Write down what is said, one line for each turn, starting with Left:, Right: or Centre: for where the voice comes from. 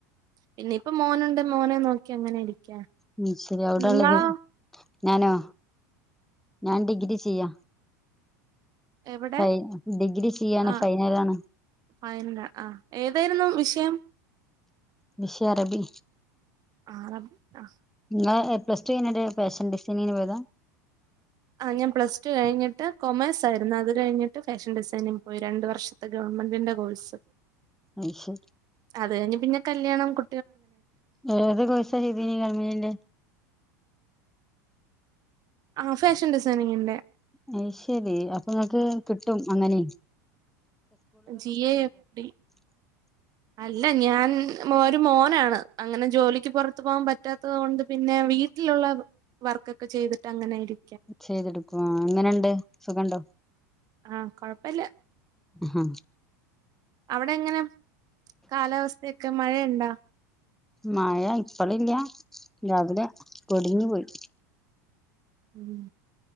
Right: പിന്നെ ഇപ്പൊ മോനുണ്ട്. മോനെ നോക്കി അങ്ങനെ ഇരിക്കാ
Centre: ഉം ശരി അവിടെള്ളത്
Right: നിങ്ങളോ
Centre: ഞാനോ ഞാൻ ഡിഗ്രി ചെയ്യ
Right: എവിടെ
Centre: ഫൈ ഡിഗ്രി ചെയ്യാണ്
Right: ആ
Centre: ഫൈനലാണ്
Right: ഫൈനലാ, ആഹ്‌ ഏതായിരുന്നു വിഷയം
Centre: വിഷയ അറബി
Right: അറബി ആഹ്‌
Centre: ങ്ങൾ എ പ്ലസ് ടു കഴിഞ്ട്ട് ഫാഷൻ ഡിസൈനിങ്ങിന് പോയതാ
Right: ആഹ്‌ ഞാൻ പ്ല ടു കഴിഞ്ഞിട്ട് കൊമേഴ്സായിരുന്നു. അത് കഴിഞ്ഞിട്ട് ഫാഷൻ ഡിസൈനിംഗങ് പോയി രണ്ട് വർഷ ത്തെ ഗവൺമെന്റിന്റെ കോഴ്സ്
Centre: അയ്ശരി
Right: അത് കഴിഞ്ഞ് പിന്നെ കല്യാണം കു
Centre: ഏത് കോഴ്സാ ചെയതിനെ ഗവൺമെന്റിന്റെ
Right: ആഹ്‌ ഫേഷൻ ഡിസൈനിങ്ങിന്റെ
Centre: അയ് ശരി, അപ്പങ്ങക്ക് കിട്ടും അങ്ങനിം
Right: ജി എ എഫ് ഡി
Centre: <inaudible>
Right: അല്ല, ഞാൻ ഒരു മോനാണ് അങ്ങനെ ജോലിക്ക് പൊറത്ത് പോകാൻ പറ്റാത്തത് കൊണ്ട് പിന്നെ വീ ട്ടിലുള്ള വർക്കൊക്കെ ചെയ്തിട്ട് അങ്ങനെരി
Centre: ചെയ്തെടുക്കുആ, എങ്ങനെണ്ട് സുഖണ്ടോ
Right: ആഹ്‌ കൊഴപ്പല്ല
Centre: ആഹ്
Right: അവിടെങ്ങനെ കാലാവസ്ഥയൊക്കെ മഴയുണ്ടാ
Centre: മയ ഇപ്പളില്ല രാവിലെ പൊടിഞ്ഞു പോയി
Right: ഉം